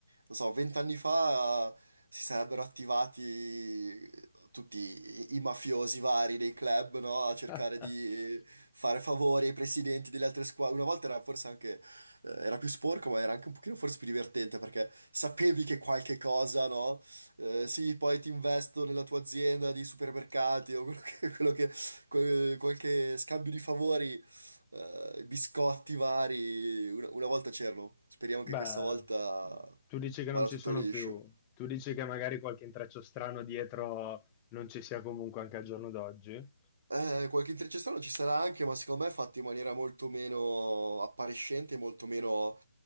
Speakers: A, on the right; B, on the left.
A: non so, vent'anni fa eh, si sarebbero attivati tutti i, i mafiosi vari dei club, no? A cercare
B: <laughs>
A: di fare favori ai presidenti delle altre squadre. Una volta era forse anche, eh, era più sporco, ma era anche un pochino forse più divertente perché sapevi che qualche cosa, no? Eh, sì, poi ti investo nella tua azienda di supermercati o quello che, quello che- que- qualche scambio di favori eh, biscotti vari. Una, una volta c'erano. Speriamo
B: Beh,
A: che questa volta
B: tu dici che
A: vada
B: non ci
A: tutto
B: sono
A: liscio.
B: più, tu dici che magari qualche intreccio strano dietro non ci sia comunque anche al giorno d'oggi?
A: Eh, qualche intrecciazione ci sarà anche, ma secondo me è fatto in maniera molto meno appariscente, molto meno,